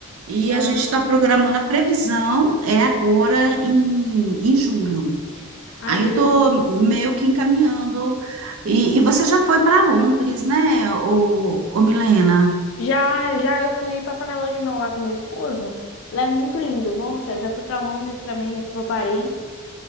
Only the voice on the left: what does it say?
ah,
ah,
em julho.
Já, já eu fui passar minha lua de mel lá com meu esposo. Lá é muito lindo. Nossa, eu já fui pra Londres também, já fui pra Paris,